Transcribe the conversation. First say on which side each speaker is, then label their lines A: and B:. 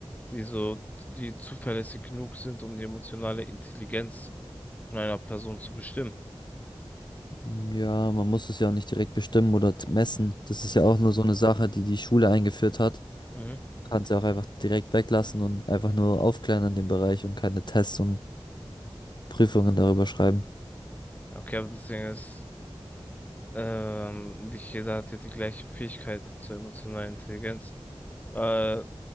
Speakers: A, on the left (about 15°); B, on the left (about 50°).
A: die so, die zuverlässig genug sind, um die emotionale Intelligenz von einer Person zu bestimmen.
B: Ja, man muss es ja auch nicht direkt bestimmen oder t- messen. Das ist
A: Mhm.
B: ja auch nur so eine Sache, die die Schule eingeführt hat.
A: Mhm.
B: Man kann es ja auch einfach direkt weglassen und einfach nur aufklären in dem Bereich und keine Tests und Prüfungen darüber schreiben.
A: Okay, aber das Ding ist, Ähm, nicht jeder hat ja die gleiche Fähigkeit zur emotionalen Intelligenz. Äh,